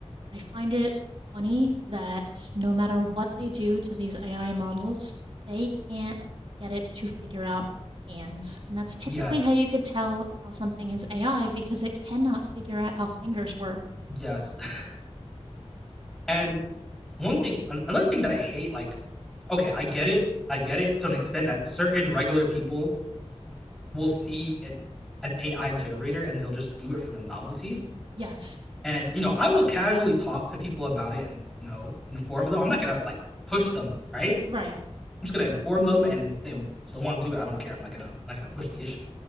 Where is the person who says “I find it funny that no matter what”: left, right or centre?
Right